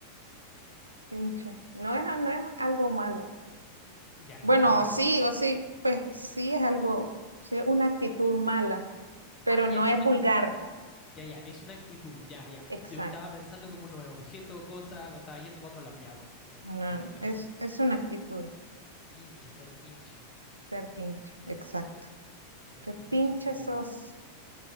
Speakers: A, on the right; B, on the left.
A: pinche. No es, no es algo malo.
B: Ya,
A: Bueno,
B: no es algo malo.
A: sí, o sí, pues sí es algo, sí es una actitud mala, pero
B: Ah, ya,
A: no
B: es
A: es
B: una
A: vulgar.
B: Ya, ya, es una actitud, ya, ya.
A: Exacto.
B: Yo estaba pensando como en un objeto o cosa, me estaba yendo para otro lado. Ya, bueno, me,
A: No, no,
B: me ayudaste
A: es,
B: con eso.
A: es una actitud,
B: Pinche, ser pinche.
A: ser pinche, exacto.
B: Ser
A: ¿Qué
B: pinche
A: pinche
B: es como,
A: sos?